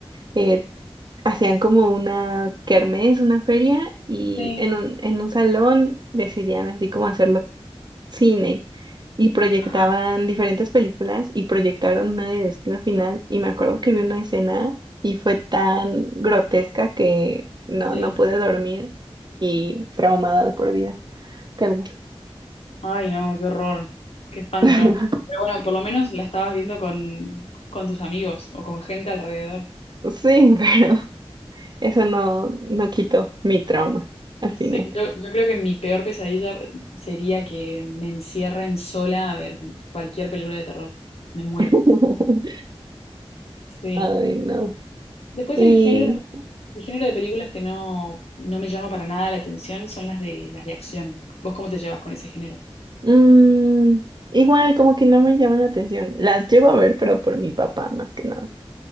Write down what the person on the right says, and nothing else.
eh, hacían como una kermés, una feria, y
en un, en un salón decidían así como hacerlo cine y proyectaban
diferentes películas y proyectaron una de Destino Final y me acuerdo que vi una escena y fue tan grotesca que no,
no pude dormir y traumada de por vida. Quedé.
<laughs>
Sí, pero Eso no, no quitó mi trauma al final.
<laughs>
Ay, no.
Y
mm, igual como que no me llaman la atención. Las llego a ver, pero por mi papá más que nada.